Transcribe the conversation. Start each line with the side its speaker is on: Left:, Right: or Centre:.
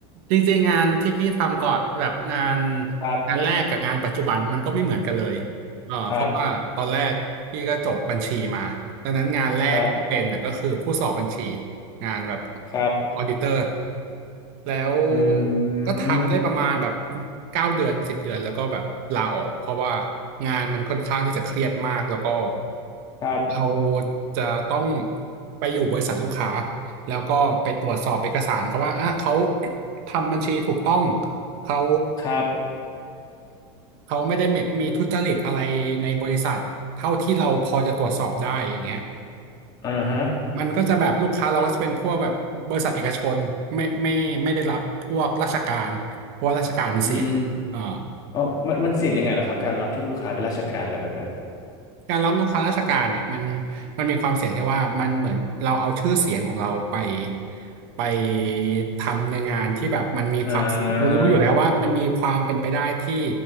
Right: จริงๆงานที่พี่ทำก่อนแบบงาน
Left: ครับ
Right: งานแรกกับงานปัจจุบันมันก็ไม่เหมือนกันเลยเอ่อเพราะว่าตอนแรกพี่ก็จบบัญชีมาดังนั้นงานแรกที่เป็นน่ะก็คือผู้สอบบัญชี
Left: ครับครับ
Right: งานแบบ
Left: ครับ
Right: ออดิเตอร์แล้ว
Left: อื
Right: ก็ทำได้ประมาณแบบ
Left: ม
Right: เก้าเดือนสิบเดือนแล้วก็แบบลาออกเพราะว่างานมันค่อนข้างที่จะเครียดมากแล้วก็
Left: ครับ
Right: เราจะต้องไปอยู่บริษัทลูกค้า แล้วก็ไปตรวจสอบเอกสารเขาว่าอ่ะเขาทำบัญชีถูกต้องเขา
Left: ครับ
Right: เขาไม่ได้มีทุจริตอะไรในบริษัทเท่าที่เราพอจะตรวจสอบได้อย่างเงี้ย
Left: อ่าฮะ
Right: มันก็จะแบบลูกค้าเราก็จะเป็นพวกแบบบริษัทเอกชนไม่ไม่ไม่ได้รับพวกราชการเพราะว่าราชการมันเสี่ยงอ่า
Left: อืมอ๋อมันมันเสี่ยงยังไงเหรอครับการรับที่ลูกค้าเป็นราชการอะไรแบบเนี้ย
Right: การรับลูกค้าราชการเนี่ยมันมันมีความเสี่ยงที่ว่ามันเหมือนเราเอาชื่อเสียงของเราไปไปทำในงานที่แบบมันมีความเสี่ยงเรารู้อยู่แล้วว่ามันมีความเป็นไปได้ที่
Left: อ่า